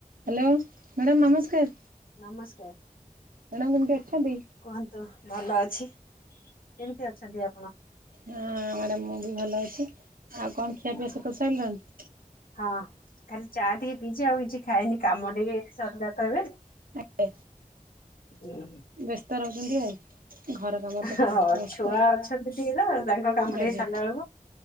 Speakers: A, on the right; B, on the left.
A: Hello, madam ନମସ୍କାର।
B: ନମସ୍କାର।
A: Madam କେମିତି ଅଛନ୍ତି?
B: କୁହନ୍ତୁ ଭଲ ଅଛି, କେମିତି ଅଛନ୍ତି ଆପଣ?
A: ହଁ ମ୍ୟାଡ଼ାମ ମୁଁ ବି ଭଲ ଅଛି, ଆଉ କଣ ଖିଆ
B: ଓହୋ
A: ପିଆ ସ କରିସାରିଲଣି?
B: ହଁ ଖାଲି ଚା ଟିକେ ପିଇଚି ଆଉ କିଛି ଖାଇନି କାମ ଟିକେ ସରିଲା ତ ଏବେ।
A: <unintelligible>
B: ହୁଁ।
A: ବ୍ୟସ୍ତ ରହୁଛନ୍ତି ଆଉ। ଘର କାମରେ ତ
B: ହଁ
A: ସମସ୍ତେ ବ୍ୟସ୍ତ
B: ଛୁଆ ଅଛନ୍ତି ଟିକେ ତ, ତାଙ୍କ କାମଟା
A: ଆଜ୍ଞା
B: ଟିକେ ସାରିଲା ବେଳକୁ